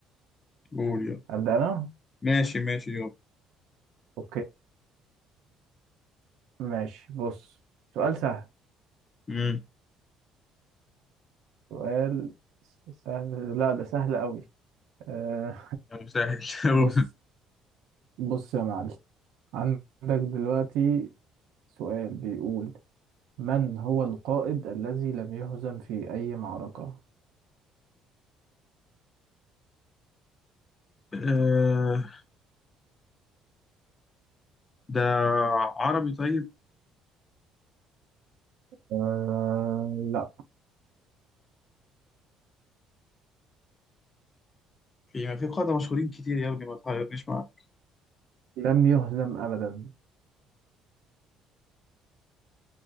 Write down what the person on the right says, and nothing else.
أبدأ أنا؟
أوكي ماشي بص سؤال سهل
سؤال سهل لا ده سهل أوي أه
بص بص يا معلم عندك دلوقتي سؤال بيقول من هو القائد الذي لم يهزم في أي معركة؟
أه لا
لم يهزم أبدا